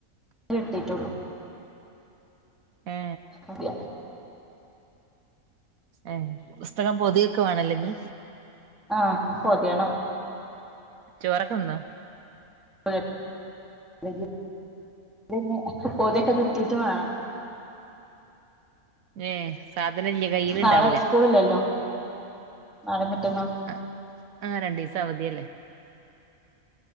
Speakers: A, in the centre; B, on the right.
A: കിട്ടീട്ടൊള്ളു.
B: ഏ
A: അതി.
B: ഏ, പുസ്തകം പൊതിയൊക്കെ, വാണല്ലോ നീ?
A: ആഹ് പൊതിയണം
B: ചോറക്കെന്നോ?
A: <unintelligible> <unintelligible> പൊതിയൊക്കെ, കിട്ടീട്ട് വേണം.
B: ഏ, സാധനല്ലിയ, കയ്യില്ണ്ടാവൂല.
A: നാളെ സ്കൂളില്ലല്ലോ നാളേം മറ്റന്നാളും
B: ആ, ആ രണ്ടീസം, അവധിയല്ലേ.